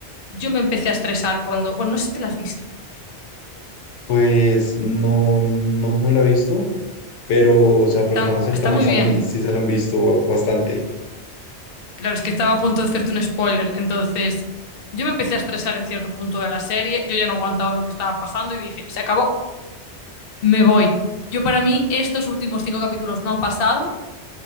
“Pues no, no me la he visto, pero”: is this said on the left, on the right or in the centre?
Left